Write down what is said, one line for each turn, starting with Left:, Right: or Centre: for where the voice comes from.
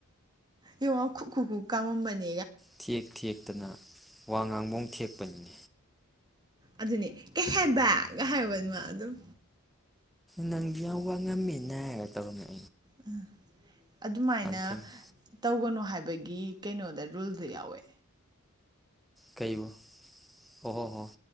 Right: ꯌꯦꯡꯉꯣ ꯈꯨ ꯈꯨ ꯈꯨꯨ ꯀꯥꯝꯃꯝꯕꯅꯤ꯫
Centre: ꯊꯦꯛ ꯊꯦꯛ ꯇꯅ ꯋꯥ ꯉꯥꯡꯕꯣꯡ ꯊꯦꯛꯄꯅꯦ
Right: ꯑꯗꯨꯅꯤ ꯀꯩ ꯍꯥꯏꯕꯒ ꯍꯥꯏꯕꯅꯦ ꯃꯥ ꯑꯗꯨꯝ꯫
Centre: ꯅꯪꯗꯤ ꯌꯥꯝ ꯋꯥꯡꯉꯝꯃꯦꯅ ꯇꯧꯔꯝꯕꯅꯤ꯫
Right: ꯎꯝ ꯑꯗꯨꯃꯥꯏꯅ
Centre: ꯊꯦꯡꯅ
Right: ꯇꯧꯒꯅꯨ ꯍꯥꯏ ꯃꯣꯏꯒꯤ ꯀꯩꯅꯣꯗ ꯔꯨꯜꯁꯨ ꯌꯥꯎꯋꯦ꯫
Centre: ꯀꯩ ꯑꯣ ꯍꯣ ꯍꯣ